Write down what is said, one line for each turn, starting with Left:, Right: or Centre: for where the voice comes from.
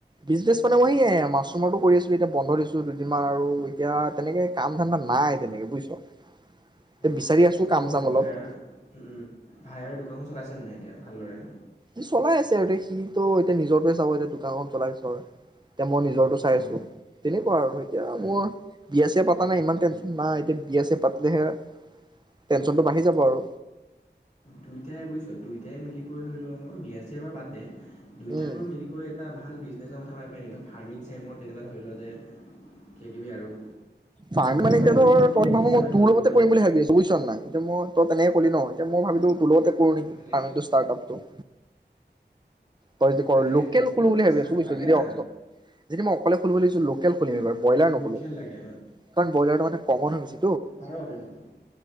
Right: বিজনেছ মানে <unintelligible> মাছৰূম কৰি আছিলো এতিয়া বন্ধ দিছো দুদিনমান আৰু এতিয়া তেনেকে কাম ধান্দা নাই
Left: অঁ
Right: তেনেকে বুজিছ,
Left: উম,
Right: তে বিচাৰি আছোঁ
Left: আকৌ
Right: কাম চাম
Left: ভাইৰ
Right: অলপ।
Left: উম উম ভাইৰে দোকানখন চলাইছেনে নাই এতিয়া ভালদৰে
Right: সি চলাই আছে এতিয়া সি টো এতিয়া নিজটোৱে চাব, এতিয়া দোকানখন চলাই আছে। তে মই নিজৰটো চাই
Left: অঁ
Right: আছো। তেনে আৰু এতিয়া
Left: উম
Right: মোৰ বিয়া ছিয়া পা প নাই ইমান টেনচন
Left: উম
Right: নাই এতিয়া। বিয়া ছিয়া পাতিলেহে টেনচনটো
Left: উম
Right: বাঢ়ি
Left: উম
Right: যাব আৰু।
Left: দুইটাই বুজিছ দুইটাই মিলি কৰি ধৰি লও বিয়া চিয়া এবাৰ বাদ দে। দুইটাই
Right: উম
Left: বাৰু মিলি কৰি এটা ভাল বিজনেছৰ মাথা মাৰিব পাৰি নেকি, ফাৰ্মিং চাইমিং তেনেকুৱা ধৰি লও যে কিবা কিবি আৰু।
Right: ফ্ৰাম মানে
Left: ভাবা
Right: এতিয়া
Left: তোৰ
Right: ধৰ
Left: মই তোৰ
Right: তই
Left: মোৰ
Right: ভাবো
Left: হিচাপে
Right: মই
Left: ধৰি
Right: তোৰ
Left: ল'ব
Right: লগতে
Left: গ'লে
Right: কৰিম বুলি ভাবি আছোঁ বুজিছ নাই, এতিয়া মই তই তেনেকে কলি ন এতিয়া মই ভাবিলোঁ তোলতে <unintelligible> নেকি,
Left: ভালেই
Right: আমি
Left: হ'ব
Right: টো ষ্টাৰ্টআপটো? তই যদি কৰ'
Left: তাকে
Right: লোকেল
Left: বুজিছ কিবা
Right: খুলো বুলি
Left: মানে
Right: ভাবি
Left: ষ্টাৰ্ট
Right: আছোঁ বুজিছ,
Left: লাগে
Right: যদি <unintelligible>
Left: না
Right: যদি মই অকলে। <unintelligible> লোকেল খুলিম, এইবাৰ। বইলাৰ নোখোলোঁ।
Left: লোকেল লাগে
Right: কাৰণ বইলাৰটো মানে কমন হৈ গৈছে।
Left: পাৰ, কিন্তু